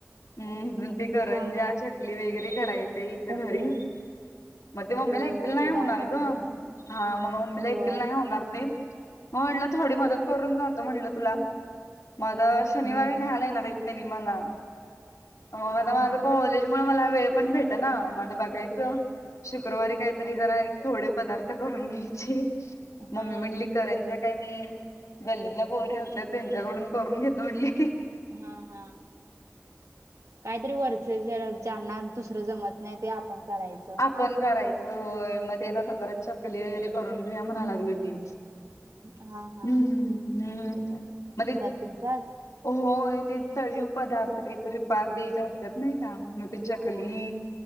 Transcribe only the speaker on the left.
हम्म.. <inaudible> ते करंज्या,
चकली वगैरे करायचं इथं
घरी. म ते मग
मला एकटीला
नाही
होणार
ग, हा मम मम्मीला मला
एकटीला नाही होणार ते. म म्हणलं थोडी मदत करून जातो म्हटलं तुला. मग शनिवारी
न्हायला येणार हाइत तेनी मला, मग आता
माझ
काॅलेज की म मला वेळ पण भेटना म बघायच शुक्रवारी काहीतरी जरा थोडे पदार्थ करून घ्यायची <inaudible>
मम्मी म्हणली कंर काय नाइ गल्लीतल्या पोरांच्या त्यांच्याकडून करून घेतो म्हटली <inaudible>
आपण करायचं. होय, मग ते आता जरा चकली वगैरे करून घेऊया म्हणालागलो मीच.
हम्म- हम्म मध्ये
हो ते तळीव पदार्थ काहीतरी पाच द्यायचे असत्यात नाही का मग ते चकली,